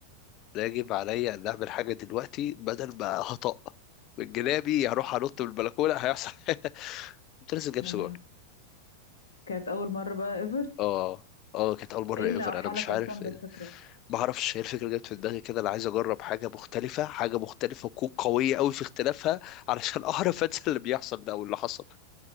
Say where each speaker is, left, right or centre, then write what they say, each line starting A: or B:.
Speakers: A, on the left (about 35°); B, on the left (about 65°).
A: لا يجب عليا ان اعمل حاجه دلوقتي بدل ما هطق من جنابي هروح انط من البلكونه هيحصل <laughs> كنت لسه جايب
B: يا
A: سجار
B: لهوي كانت أول مرة بقى ايفر
A: اه اه كانت اول مره
B: ايه اللي
A: ايفر
B: أوحالك
A: انا مش عارف
B: أصلا بالفكرة
A: ما اعرفش هي الفكره جت في دماغي كده انا عايز اجرب حاجه مختلفه حاجه مختلفه وتكون قويه قوي في اختلافها علشان <laughs> اعرف انسى اللي بيحصل ده او اللي حصل